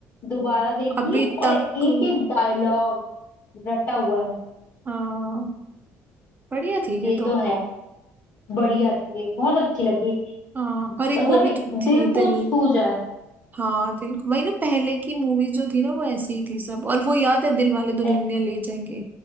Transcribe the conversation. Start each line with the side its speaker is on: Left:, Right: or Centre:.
Left: दोबारा देखी
Right: अभी
Left: और
Right: तक
Left: एक एक डायलॉग रटा हुआ है
Right: हाँ बढ़िया थी ये
Left: ये
Right: तो
Left: तो है बढ़िया थी ये, बहुत अच्छी लगी
Right: हाँ और एक
Left: मतलब
Right: वो भी
Left: ये
Right: तो थी
Left: दिल
Right: दिल
Left: को छू जाए
Right: हाँ दिल वही ना पहले की मूवीज जो थी ना वो ऐसी ही थी सब और वो याद है दिल वाले दुल्हनिया
Left: एस
Right: ले जाएंगे